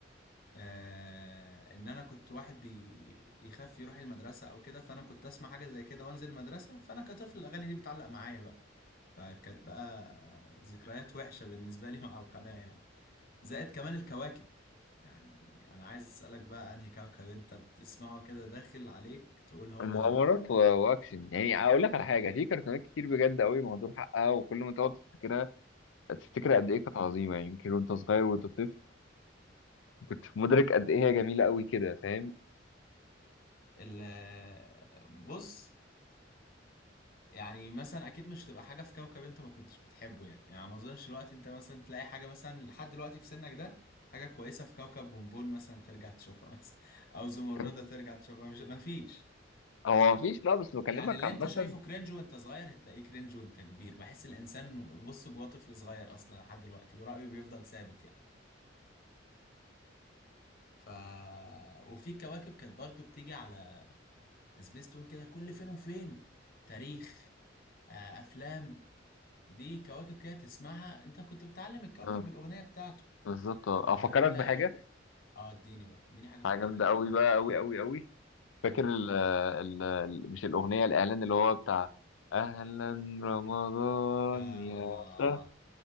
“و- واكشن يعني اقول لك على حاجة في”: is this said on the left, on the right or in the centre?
Left